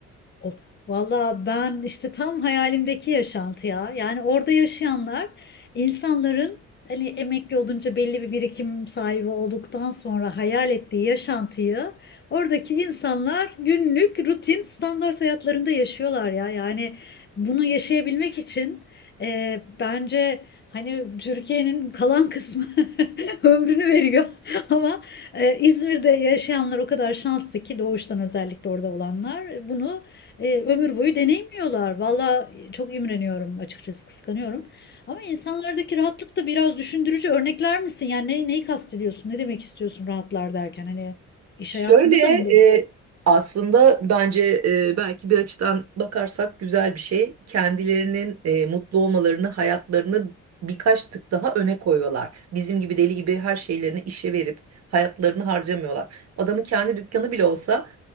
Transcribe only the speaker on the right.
Şöyle
e, aslında bence e, belki bir açıdan bakarsak güzel bir şey. Kendilerinin e, mutlu olmalarını, hayatlarını birkaç tık daha öne koyuyorlar. Bizim gibi deli gibi her şeylerini işe verip hayatlarını harcamıyorlar. Adamın kendi dükkanı bile olsa